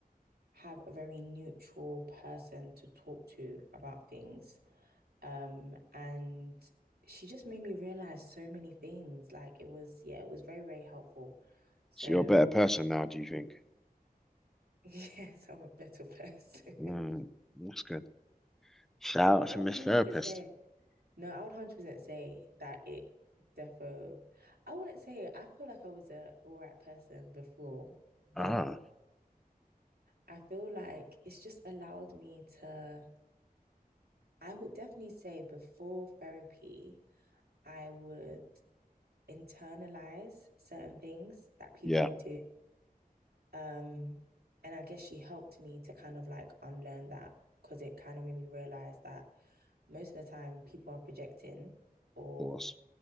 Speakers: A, on the right (about 90°); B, in the centre.
A: have a very neutral person to talk to about things. Um, and she just made me realize so many things. Like it was, yeah, it was very, very helpful. So,
B: So you're a better person now, do you think?
A: <laughs> yes, I'm a better person.
B: Mm,
A: <laughs>
B: that's good. Shout out
A: I
B: to
A: would
B: Miss
A: 100%.
B: Therapist.
A: No, I would 100% say that it defo. I wouldn't say I feel like I was a all right person before, but
B: Ah,
A: I feel like it's just allowed me to. I would definitely say before therapy, I would internalize certain things that people
B: yeah,
A: would
B: of
A: do. Um, and I guess she helped me to kind of like unlearn that because it kind of made me realize that most of the time people are projecting or,
B: course.